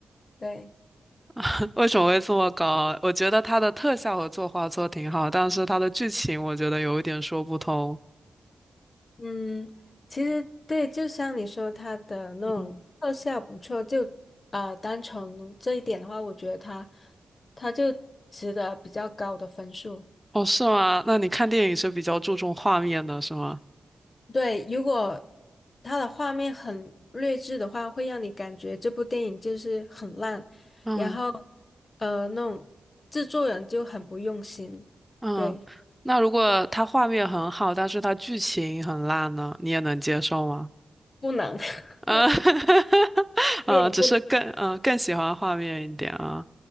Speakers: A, on the left; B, in the centre.
A: 对。
B: <laughs> 为什么会这么高啊？我觉得它的特效和作画做挺好，但是它的剧情我觉得有一点说不通。
A: 嗯，其实对，就像你说，它的那种特效不错，
B: 嗯，
A: 就啊，单从这一点的话，我觉得它它就值得比较高的分数。
B: 哦，是吗？那你看电影是比较注重画面的，是吗？
A: 对，如果它的画面很劣质的话，会让你感觉这部电影就是很烂，
B: 嗯
A: 然后呃，那种制作人就很不用心，
B: 嗯，
A: 对，
B: 那如果它画面很好，但是它剧情很烂呢，你也能接受吗？
A: 不能，<laughs>
B: 嗯，<laughs> 嗯，
A: 这也不能，
B: 只是更嗯更喜欢画面一点啊。